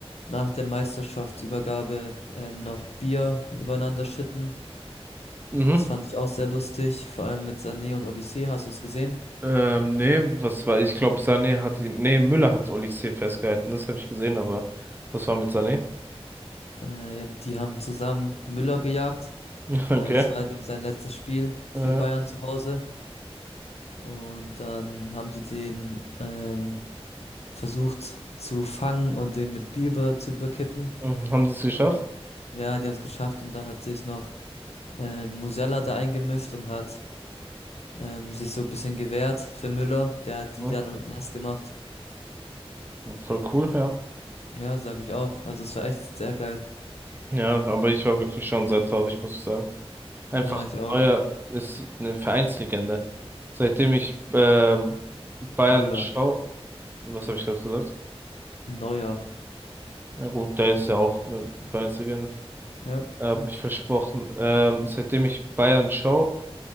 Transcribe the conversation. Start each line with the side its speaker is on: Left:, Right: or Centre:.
Left: nach der Meisterschaftsübergabe ähm, noch Bier übereinander schütten.
Right: Mhm.
Left: Das fand ich auch sehr lustig, vor allem mit Sané und Odyssee, hast du es gesehen?
Right: Ähm, nee, was war, ich glaube, Sané hat ihn, nee, Müller hat Oli C. festgehalten, das habe ich gesehen, aber was war mit Sané?
Left: Äh, ja, die haben zusammen Müller gejagt,
Right: <laughs> Okay.
Left: weil das war halt eben sein letztes Spiel für
Right: Äh,
Left: Bayern zu Hause. Und dann haben sie den ähm, versucht zu fangen und den mit Bier über- zu überkippen.
Right: mhm. haben sie es geschafft?
Left: Und ja, die haben es geschafft und dann hat sich noch ähm, Musiala da eingemischt und hat ähm, sich so ein bisschen gewehrt für Müller. Der hat die
Right: Mhm.
Left: dann nass gemacht.
Right: Voll cool, ja.
Left: Ja, sag ich auch. Also es war echt sehr geil.
Right: Ja, aber ich war wirklich schon sehr traurig, muss ich sagen. Einfach
Left: Ja, ich auch.
Right: Neuer ist eine Vereinslegende. Seitdem ich ähm, Bayern
Left: Müller.
Right: schaue, was habe ich gerade gesagt?
Left: Neuer.
Right: Na gut, der ist ja auch eine Weiße,
Left: Ja.
Right: Hab ich versprochen. Ähm, seitdem ich Bayern schaue,